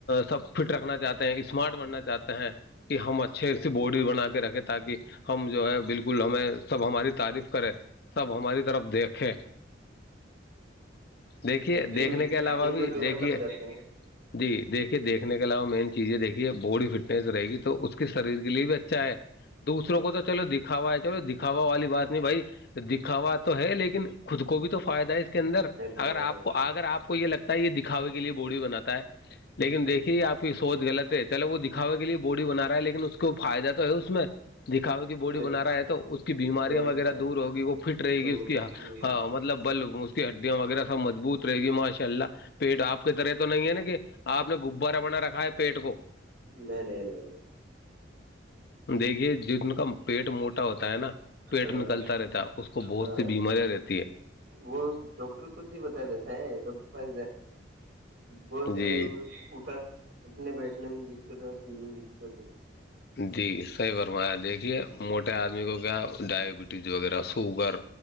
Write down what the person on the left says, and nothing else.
سب فٹ رکھنا چاہتے ہیں اسمارٹ بننا چاہتے ہیں کہ ہم اچھے سے بورڈ بھی بنا کے رکھے تاکہ ہم جو ہے بالکل ہمیں سب ہماری تعریف کرے سب ہماری طرف دیکھے دیکھیے
دیکھنے کے علاوہ
بھی
دیکھیے
جی دیکھیے دیکنے کے علاوہ مین چیز یہ دیکھیے باڈی فٹنیس رہے گی تو اس کے شریر کے لیے بھی اچھا ہے دوسروں کو تو چلو دکھاوا ہے چلو دکھاوا والی بات نہیں بھائی دکھاوا تو ہے لیکن خود کو بھی تو فائدہ ہے اس کے اندر اگر
آپ کو اگر آپ کو یہ لگتا ہے یہ دکھاوے کے لیے بورڈی بناتا ہے لیکن
دیکھیے آپ سوچ لط ہے چلو وہ دکھاوے لیے بورڈی بنا رہا ہے لیکن اس کو فائدہ تو ہے اس میں دکھاوے کی باڈی
بنا رہا ہے تو اس کی بیماریاں
وغیرہ
دور ہوگی وہ فٹ رہے
گی اس
کی ہاں مطلب بل اس کی ہڈیاں وغیرہ سب مضبوط رہے گی ماشاء اللہ پیٹ آپ کی طرح تو نہیں ہے نا کہ آپ نے غبارہ بنا رکھا ہے پیٹ کو
دیکھیے جن کا پیٹ موٹ ہوتا ہے نا پیٹ
نکلتا رہتا ہے اس کو بہت
سی بیماریاں رہتی ہیں
جی
جی صحیح برمایا دیکھیے موٹے آدمی کو کیا ڈائبٹیز وغیرہ سوگر